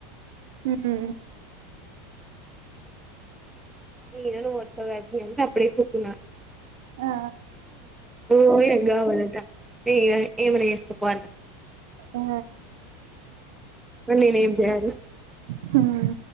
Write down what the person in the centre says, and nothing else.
నేను నువ్వొస్తావని సప్పుడే కాకుండా కూకునా
ఓంవద న ఏమైనా చేసుకోపొన్నా
ఇప్పుడు నేనేం చేయాలి